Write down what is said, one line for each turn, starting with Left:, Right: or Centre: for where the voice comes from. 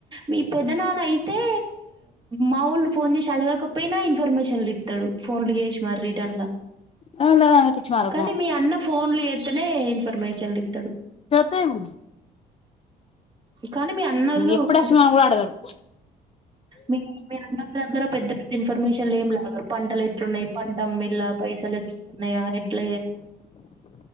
Right: మీ పెద్ద నాన్న అయితే మాముూలు ఫోన్ చేసి అడగాకపోయినా ఇన్ఫర్మేషన్లు ఇత్తడు ఫోన్లు చేసి మరి రిటర్న్ల
Left: వాళ్ళ పిచ్చి మాలోకం
Right: కానీ మీ అన్న ఫోన్లు చేస్తనే ఇన్ఫర్మేషన్లు ఇస్తాడు
Left: థీమ్
Right: కానీ మీ అన్నవోళ్ళు
Left: ఎప్పుడు
Right: కొంచెం
Left: వచ్చినవని కూడా అడగరు
Right: మీ మీ అన్నంటి దగ్గర పెద్ద పెద్ద ఇన్ఫర్మేషన్లు ఏం లే అక్కడ పంటలు ఎట్లున్నాయి పంట మిల్ల <unintelligible> ఎట్ల